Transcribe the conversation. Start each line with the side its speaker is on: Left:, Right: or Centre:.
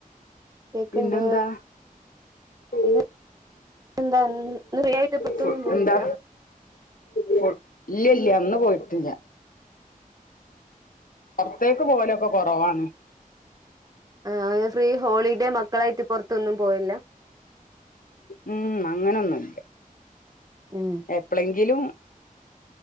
Right: കേക്ക്ണ്ട്
Left: പിന്നെന്താ ഫു
Right: പിന്നെ എന്താ ഇന്ന് ഫ്രീ ആയിട്ട് പുറത്തൊന്നും
Left: ഫുഡ്‌
Right: പോയില്ല
Left: എന്താ ഫുഡ് ഇല്ല ഇല്ല ഇന്ന് പോയിട്ടില്ല പുറത്തേക്ക് പോവലൊക്കെ കൊറവാണ്
Right: ആ <unintelligible> ഫ്രീ ഹോളിഡേ മക്കളായിട്ട് പുറത്ത് ത്തൊന്നും പോയില്ല
Left: ഉം അങ്ങനൊന്നുല്ല
Right: ഉം
Left: എപ്പളെങ്കിലും